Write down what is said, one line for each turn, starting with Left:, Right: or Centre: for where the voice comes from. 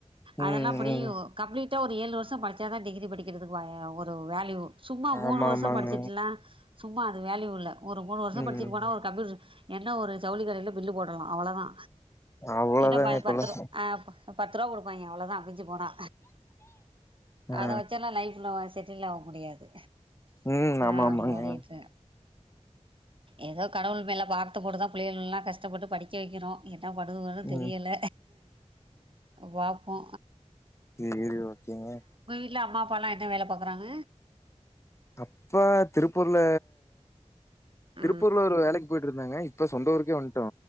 Left: ம்
Right: அதெல்லா அப்படி
Left: ம்
Right: ஒ கம்ப்ளீட்டா ஒரு ஏழு வருஷோ படிச்சா தா டிகிரி படிக்கிறதுக்கு பய ஒரு வேல்யூ சும்மா
Left: ஆமா
Right: மூணு வருஷோ
Left: ஆமாங்க
Right: படிச்சட்டுலா சும்மா அது வேலயூ இல்ல ஒரு மூணு வருஷோ
Left: ம்
Right: படிச்சிட்டு போனா ஒரு கம்ப்யூட்டர் என்ன ஒரு ஜவுளி கடயில பில்லு போடலா அவ்ளதா
Left: அவ்ளோதாங்க
Right: ஏன்னா பா
Left: இப்பல்லா
Right: பத்து ரூபா ஆ பத்து ரூபா கொடுப்பாங்க அவ்ளதா மிஞ்சி போனா
Left: ஆ
Right: அத வெச்சல்லா லைஃப்ல செட்டில் ஆவ் முடியாது
Left: ம் ஆமா
Right: அப்டி
Left: ஆமாங்க
Right: ஓடிட்டிருக் ஹ ஏதோ கடவுள் மேல பாரத்த போட்டுதா புள்ளைங்கள்லா கஷ்டப்பட்டு படிக்க வெக்கிறோ என்னா பன்றதுன்னு ஒண்ணூ தெரியல
Left: ம்
Right: பாப்போ
Left: இரு இரு ஒர்க்கிங்ஙா
Right: இல்ல அம்மா அப்பாலா என்ன வேல பாக்குறாங்க
Left: அப்பா திருப்பூர்ல
Right: ஆ
Left: திருப்பூர்ல ஒரு வேலைக்கு போயிட்டு இருந்தாங்க இப்ப சொந்த ஊருக்கே வந்ட்டோ